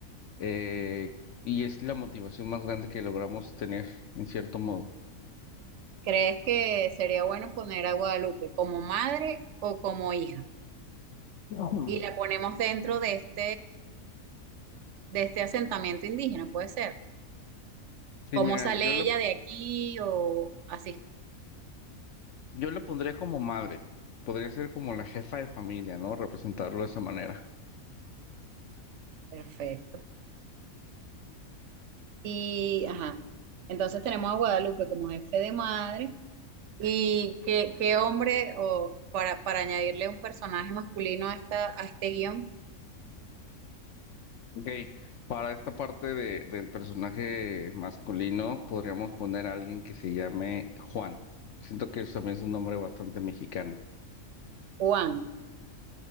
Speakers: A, on the left; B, on the right.
A: eh, y es la motivación más grande que logramos tener, en cierto modo.
B: ¿Crees que sería bueno poner a Guadalupe como madre o como hija?
A: Ujú.
B: Y la ponemos dentro de este, de este asentamiento indígena, puede ser.
A: Sí,
B: ¿Cómo
A: mira,
B: sale
A: yo la
B: ella de aquí o así?
A: Yo le pondría como madre, podría ser como la jefa de familia, ¿no? Representarlo de esa manera.
B: Perfecto. Y, ajá, entonces tenemos a Guadalupe como jefe de madre. ¿Y qué, qué hombre, o para, para añadirle un personaje masculino a, esta, a este guión?
A: Ok, para esta parte de, del personaje masculino podríamos poner a alguien que se llame Juan. Siento que eso también es un nombre bastante mexicano.
B: Juan.